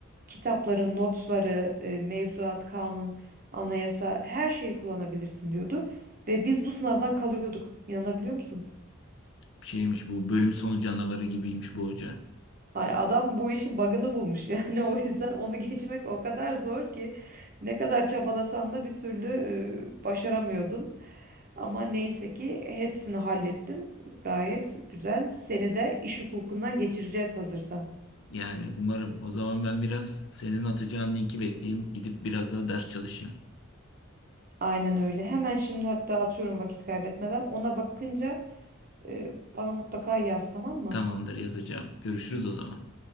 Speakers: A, on the right; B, on the left.
A: kitapların notları, e, mevzuat, kanun, anayasa her şeyi kullanabilirsin diyordu. Ve biz bu sınavdan kalıyorduk. İnanabiliyor musun?
B: şeymiş bu bölüm sonu canavarı gibiymiş bu hoca.
A: Hani adam bu işin bug'ını bulmuş <laughs> yani o yüzden onu geçmek o kadar zor ki ne kadar çabalasan da bir türlü e, başaramıyordun. Ama neyse ki hepsini hallettim. Gayet güzel. Seni de iş hukukundan geçireceğiz hazırsan.
B: Yani umarım o zaman ben biraz senin atacağın linki bekleyeyim. Gidip biraz daha ders çalışayım.
A: Aynen öyle. Hemen şimdi hatta atıyorum vakit kaybetmeden. Ona bakınca e, bana mutlaka yaz tamam mı?
B: Tamamdır yazacağım. Görüşürüz o zaman.